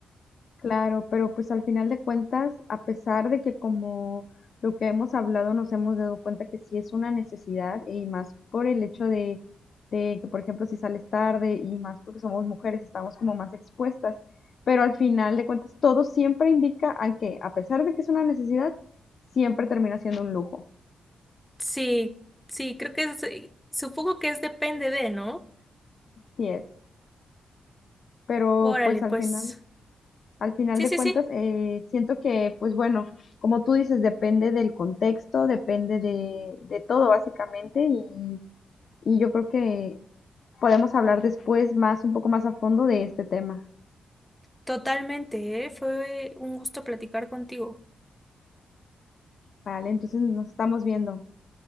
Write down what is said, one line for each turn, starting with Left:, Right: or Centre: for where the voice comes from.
Left: Claro, pero pues al final de cuentas, a pesar de que como lo que hemos hablado nos hemos dado cuenta que sí es una necesidad y más por el hecho de, de que, por ejemplo, si sales tarde y más porque somos mujeres, estamos como más expuestas, pero al final de cuentas todo siempre indica a que a pesar de que es una necesidad, siempre termina siendo un lujo.
Centre: Sí, sí, creo que es, eh, supongo que es depende de, ¿no?
Left: Sí es, pero
Centre: Órale,
Left: pues
Centre: pues.
Left: al final... Al final
Centre: Sí,
Left: de
Centre: sí,
Left: cuentas,
Centre: sí,
Left: eh, siento que, pues bueno, como tú dices, depende del contexto, depende de, de todo básicamente y, y yo creo que podemos hablar después más, un poco más a fondo de este tema,
Centre: totalmente, ¿eh? Fue un gusto platicar contigo.
Left: ¿vale? Entonces nos estamos viendo.